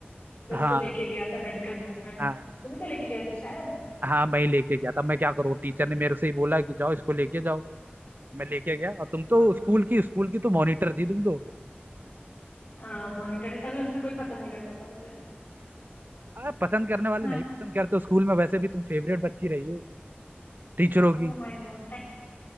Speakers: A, on the left (about 45°); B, on the right (about 50°).
A: फिर
B: हाँ
A: उसको लेके गया था मेडिकल रूम में तुम
B: हाँ
A: ही तो लेके गए थे शायद
B: हाँ मैं ही लेके गया था मैं क्या करूँ टीचर ने मेरे से ही बोला कि जाओ इसको लेके जाओ मैं लेके गया और तुम तो
A: हाँ
B: स्कूल की स्कूल की तो मॉनिटर थी तुम तो
A: हाँ मॉनिटर है, तभी हमसे कोई पता नहीं करता था मुझे
B: आ, पसंद करने वाले
A: हाँ
B: नहीं पसंद करते हो स्कूल में वैसे भी तुम फेवरेट बच्ची रही हो टीचरों की
A: Oh my god